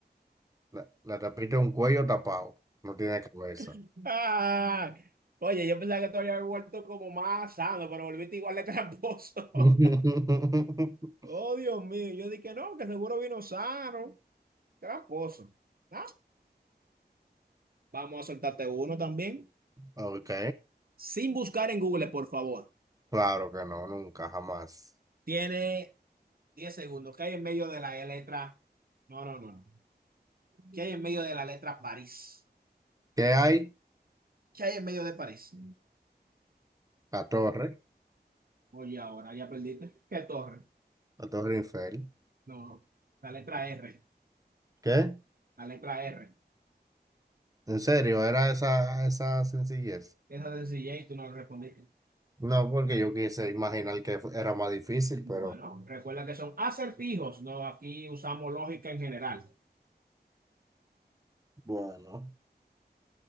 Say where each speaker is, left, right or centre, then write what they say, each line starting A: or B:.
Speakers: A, on the right; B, on the right.
A: La, la tapita es un cuello tapado, no tiene cabeza.
B: <laughs> Ah, oye, yo pensaba que te había vuelto como más sano, pero volviste igual de tramposo.
A: <laughs>
B: <laughs> Oh, Dios mío, yo dije que no, que seguro vino sano. Tramposo. ¿no? Vamos a soltarte uno también.
A: Ok,
B: Sin buscar en Google, por favor.
A: claro que no, nunca, jamás.
B: Tiene 10 segundos. ¿Qué hay en medio de la letra? No, no, no. no. ¿Qué hay en medio de la letra París?
A: ¿Qué hay?
B: ¿Qué hay en medio de París?
A: La torre.
B: Oye, ahora ya perdiste. ¿Qué torre?
A: La Torre Eiffel.
B: No, no. la letra R.
A: ¿Qué?
B: La letra R.
A: ¿En serio? ¿Era esa, esa sencillez?
B: Esa sencilla y tú no respondiste.
A: No, porque yo quise imaginar que fu- era más difícil,
B: Bueno,
A: pero
B: recuerda que son acertijos. No, aquí usamos lógica en general.
A: bueno,